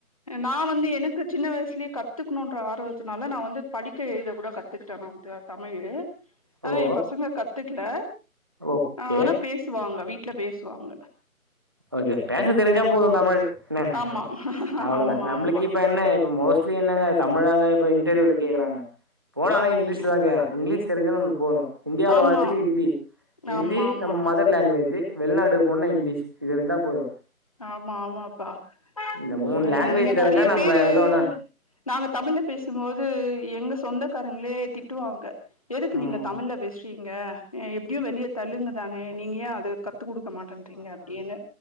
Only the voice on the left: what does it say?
நா வந்து எனக்கு சின்ன வயசுலே கத்துக்ணுன்ற ஆர்வ த்துனால நா வந்து படிக்க எழுத கூட கத்துகிட்டே நா த தமிழு ஆனா
எ பசங்க கத் த்துக்கல
ஆ ஆனா பேசுவாங்க வீட்ல பேசுவாங்க
ஆமா
ஆமா
ஆமா
ஆமாமா
ஆமா
ஆமா ஆமா
ஆமா ஆமாப்பா அ
இங்க
நெறைய
பேரு
நாங்க தமிழ்ல பேசும் போது எங்க சொந்தக்காரங்களே திட்டுவாங்க எதுக்கு
நீங்க தமிழ்ல பேசுறீங்க அ எப்டியு வெளிய தெலுங்கு தானே நீங்கயே அது க த்துகுடுக்க மாட்டேன்றீங்க அப்டியின்னு